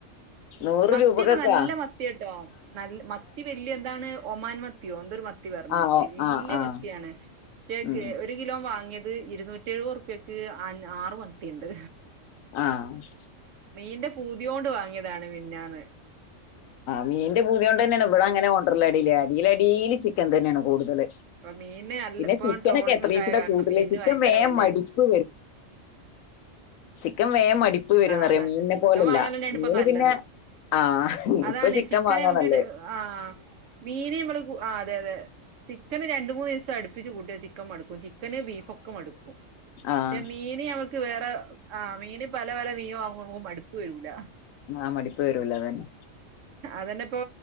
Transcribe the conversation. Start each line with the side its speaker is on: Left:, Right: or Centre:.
Left: നൂറ്
Right: മത്തിയൊക്കെ
Left: രൂപക്കൊക്കാ
Right: നല്ല മത്തി കിട്ടും നല്ല മത്തി വല്യ ന്താണ് ഒമാൻ മത്തിയോ എന്തോരു മ ത്തി പറഞ്
Left: ആഹ്
Right: വല്യ
Left: ആഹ് ആഹ്
Right: മത്തിയാണ് ശ്ശെ
Left: ഉം
Right: കേ ഒര് കിലോം വാങ്ങി ത് ഇരുന്നൂറ്റി എഴുവത്റുപ്യക്ക് അം ആറ് മത്തീണ്ട്.
Left: ആഹ്
Right: മീന്റെ പൂതിയോണ്ട് വാങ്ങിയതാണ് മിൻഞ്ഞാന്ന്.
Left: മീന് ൻ്റെ പൂത്യോണ്ടെന്നേണ് ഇവടെ അങ്ങനെ കൊണ്ടര്ല് എടീല്. എടീ ല് എടീല് ചി കെംപെയ്നാണ് കൂടുതല്
Right: അഹ് മീന് ന്ന് അല്ല
Left: പിന്നെ
Right: ഇപ്പ
Left: ചിക്കനൊക്കെ
Right: ട്രോളിങ്
Left: എത്രേച്ചിട്ടാ
Right: ഒക്കെ ആയ കാര്ണം
Left: കൂട്ടല്
Right: മീന്
Left: ചിക്കൻ
Right: വയങ്കര
Left: വേം
Right: വെലേണ്
Left: മടിപ്പ് ക്കൻ വേഗം മടിപ്പ് വരുംന്നറിയാം
Right: അതെ
Left: മീനിനെ
Right: ചിക്കൻ
Left: പോലല്ല
Right: വാങ്ങലെന്നെയാണ്
Left: മീന്
Right: ഇപ്പൊ നല്ലത്
Left: പിന്നെ ആഹ്
Right: അതാണ്
Left: ഇപ്പൊ
Right: ചിക്കൻ
Left: വാങ്ങാ
Right: നമക്ക്
Left: നല്ലത്
Right: ആഹ് മീന് മ്മള് കു ആഹ് അതെ അതെ ചിക്കന് രണ്ട് മൂന്നീസം അടുപ്പിച്ച് കൂട്ടിയ ചിക്കൻ മടുക്കും ചി ക്കന് ബീഫൊക്കെ മടുക്കും
Left: ആഹ്
Right: കെ മീന് അവ ക്ക് വേറെ ആ മീന് പല പല മീം വാങ്ങു <unintelligible> മട്പ്പ് വരൂല
Left: ആ മടിപ്പ് വരൂല്ല അതന്നെ
Right: അതന്നെ ഇപ്പൊ